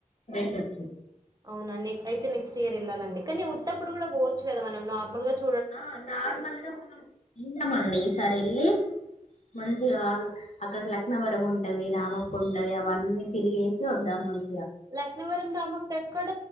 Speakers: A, on the left; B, on the right.
A: వెళ్ళొచ్చు
B: అవునా నీ అయితే నెక్స్ట్ ఇయర్ ఎళ్ళాలండి కానీ ఉత్తప్పుడు కూడా పోవచ్చు కదా మనం నార్మల్గా చు
A: ఆ నార్మల్గా మనం వెళ్దామండి ఈసారి వెళ్ళి మంచిగా అల్ అక్కడ లక్నవరం ఉంటది రామప్ప ఉంటది అవన్నీ తిరిగేసి వద్దాం మన్
B: లక్నవరం రామప్పెక్కడ